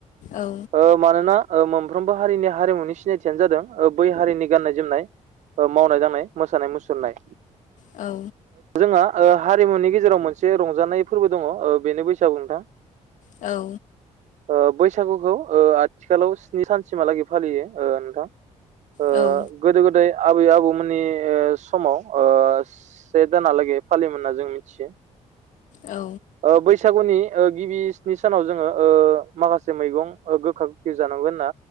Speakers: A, on the left (about 75°); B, on the right (about 65°).
A: औ
B: ओ मानोना ओ मोनफ्रोमबो हारिनि हारिमुनि सिनायथियानो जादों ओ बै हारिनि गाननाय जोमनाय ओ मावनाय दांनाय, मोसानाय मुसुरनाय
A: औ
B: जोंहा ओ हारिमुनि गेजेराव मोनसे रंजानाय फोरबो दङ ओ बेनो बैसागु नोंथां।
A: औ
B: ओ बैसागुखौ ओ आथिखालाव स्नि सानसिमहालागै फालियो ओ नोंथां। ओ
A: औ
B: गोदो गोदाय आबै-आबौमोननि ओ समाव ओ से दानलागै फालिमोन होनना जों मिथियो
A: औ
B: ओ बैसागुनि ओ गिबि स्नि सानाव जोङो ओ माखासे मैगं ओ गोखा गोखै जानांगोन होनना